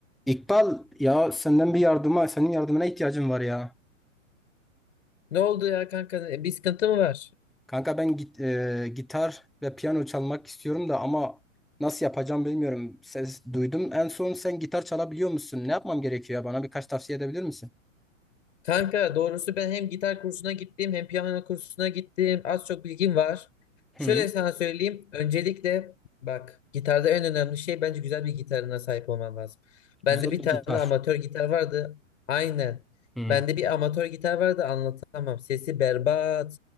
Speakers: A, in the centre; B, on the left (about 65°).
A: İkbal ya senden bir yardıma, senin yardımına ihtiyacım var ya.
B: Ne oldu ya kanka? E, Bir sıkıntı mı var?
A: Kanka ben git, e, gitar ve piyano çalmak istiyorum da ama nasıl yapacağım bilmiyorum. Ses duydum. En son sen gitar çalabiliyor musun? Ne yapmam gerekiyor ya? Bana birkaç tavsiye edebilir misin?
B: Kanka doğrusu ben hem gitar kursuna gittim hem piyano kursuna gittim. Az çok bilgim var.
A: Hı,
B: Şöyle sana söyleyeyim. Öncelikle bak gitarda en önemli şey bence güzel bir gitarına sahip olman lazım. Bende
A: güzel
B: bir
A: bir
B: tane
A: gitar.
B: amatör gitar vardı. Aynen.
A: Hı,
B: Bende bir amatör gitar vardı anlatamam. Sesi berbat.